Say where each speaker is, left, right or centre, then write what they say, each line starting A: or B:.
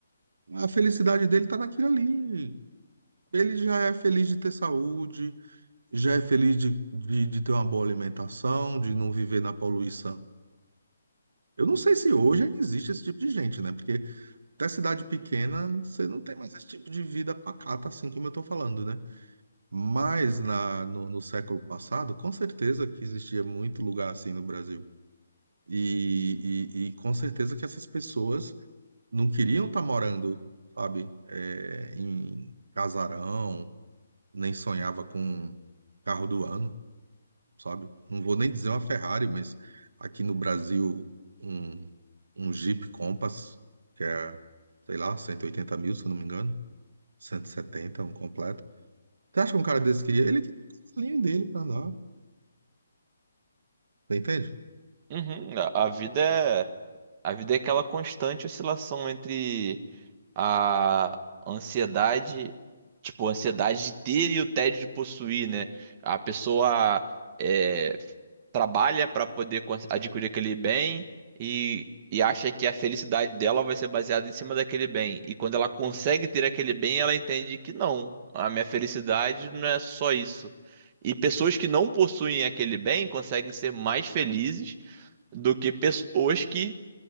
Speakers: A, on the right; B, on the right.
A: A felicidade dele tá naquilo ali. Ele já é feliz de ter saúde, já é feliz de, de, de ter uma boa alimentação, de não viver na poluição. Eu não sei se hoje ainda existe esse tipo de gente, né? Porque até cidade pequena, você não tem mais esse tipo de vida pacata, assim como eu tô falando, né? Mas na, no, no século passado, com certeza que existia muito lugar assim no Brasil. E, e, e com certeza que essas pessoas não queriam estar morando, sabe, é, em casarão, nem sonhava com carro do ano, sabe? Não vou nem dizer uma Ferrari, mas aqui no Brasil, um, um Jeep Compass, que é, sei lá, cento e oitenta mil, se eu não me engano, 170 um completo. Você acha que um cara desse queria? Ele tinha o carrinho dele para andar. Entende?
B: uhum. A, a vida é, a vida é aquela constante oscilação entre a ansiedade, tipo, a ansiedade de ter e o tédio de possuir, né? A pessoa é, trabalha para poder cons- adquirir aquele bem e, e acha que a felicidade dela vai ser baseada em cima daquele bem. E quando ela consegue ter aquele bem, ela entende que não, a minha felicidade não é só isso. E pessoas que não possuem aquele bem conseguem ser mais felizes do que pessoas que